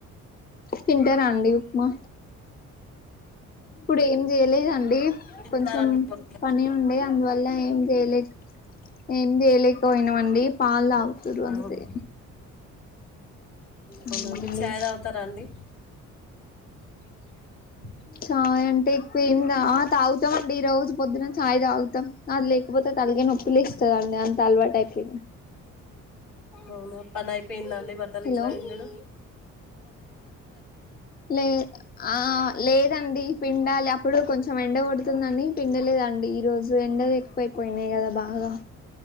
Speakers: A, on the left; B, on the left.
A: తింటారా అండి ఉప్మా ఇప్పుడు ఏం జెయలేదండి
B: తింటారండి
A: కొంచెం
B: మా పిల్లలు?
A: పని ఉండే అందువల్ల ఏం చేయలేదు ఏమి జెయలేకపోయినామండి పాల్ తాగుతుర్రు అంతే
B: అవునా అవునా
A: అవునండి
B: మీర్ ఛాయదవుతారా అండి <inaudible>
A: చాయ్ అంటే ఎక్కువ ఏమి గా ఆ తాగుతామండి రోజు పొద్దున చాయ్ తాగుతాం అది లేకపోతే తె తల్గ నొప్పిలేస్తాదండి అంత అల్వాటైపొ
B: అవునా పని అయిపోయిందండి బట్టలు
A: హలో
B: గి ట్లా విండుడు
A: లే ఆ లేదండి పిండాలే అప్పుడు కొంచెం ఎండ కొడుతుందని పిండలేదండి ఈ రోజు ఎండ ఎక్కువైపోయినాయి కదా బా గా